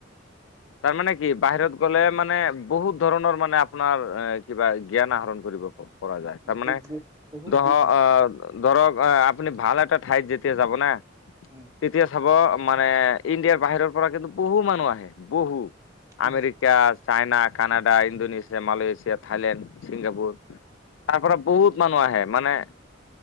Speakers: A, on the left; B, on the right.
A: তাৰমানে কি বাহিৰত গ'লে মানে বহুত ধৰণৰ মানে আপোনাৰ এ কিবা জ্ঞান আহৰণ কৰিব প পৰা যায়
B: বহুত
A: তাৰমানে
B: বহুত বহুত
A: ধহ
B: বেছি
A: অহ ধৰক আহ, আপুনি ভাল এটা ঠাইত যেতিয়া যাব না।
B: উম।
A: যেতিয়া চাব মানে, ইণ্ডিয়াৰ বাহিৰৰ পৰা কিন্তু বহু মানুহ আহে বহু।
B: আহে
A: America, China, Canada, Indonesia, Malaysia. Thailand, Singapore, তাৰপৰা বহুত মানুহ আহে মানে